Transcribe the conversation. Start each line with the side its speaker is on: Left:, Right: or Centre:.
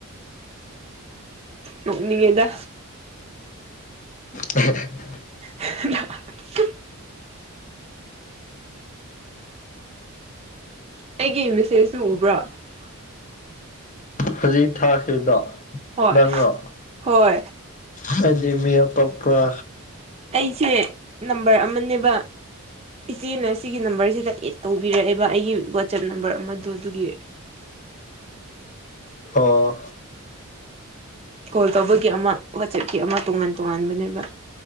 Right: ꯅꯣꯛꯅꯤꯡꯉꯦꯗ
Left: ꯑ <unintelligible>
Right: <inaudible> ꯑꯩꯒꯤ ꯃꯦꯁꯦꯖꯁꯨ ꯎꯕ꯭ꯔꯣ <inaudible>
Left: ꯍꯧꯖꯤꯛ ꯊꯥꯈꯤꯕꯗꯣ
Right: ꯍꯣꯏ
Left: ꯅꯪꯔꯣ
Right: ꯍꯣꯏ
Left: ꯍꯥꯏꯗꯤ ꯃꯤ ꯑꯇꯣꯛꯄ꯭ꯔ
Right: ꯑꯩꯁꯦ ꯅꯝꯕꯔ ꯑꯃꯅꯦꯕ ꯏꯆꯦꯅ ꯁꯤꯒꯤ ꯅꯝꯕꯔꯁꯤꯗ ꯑꯦꯠ ꯇꯧꯕꯤꯔꯛꯑꯦꯕ ꯑꯩꯒꯤ ꯋꯥꯆꯞ ꯅꯝꯕꯔ ꯑꯃꯗ ꯑꯗꯨꯒꯤ
Left: ꯑꯣ
Right: ꯀꯣꯜ ꯇꯧꯕꯒꯤ ꯑꯃ ꯋꯥꯆꯦꯠꯀꯤ ꯑꯃ ꯇꯣꯉꯥꯟ ꯇꯣꯉꯥꯟꯕꯅꯦꯕ